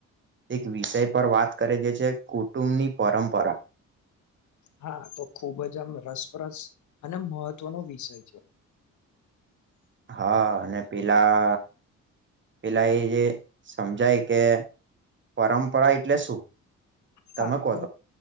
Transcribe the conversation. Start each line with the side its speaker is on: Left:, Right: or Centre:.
Right: એક વિષય પર વાત કરે છે છે કુટુંબની પરંપરા.
Left: હા તો ખુબ જ આમ રસપ્રસ અને મહત્વનો વિષય છે.
Right: હા અને પેલા પેલા એ જે સમજાય કે પરંપરા એટલે શું? તમે
Left: હા
Right: કહો
Left: તો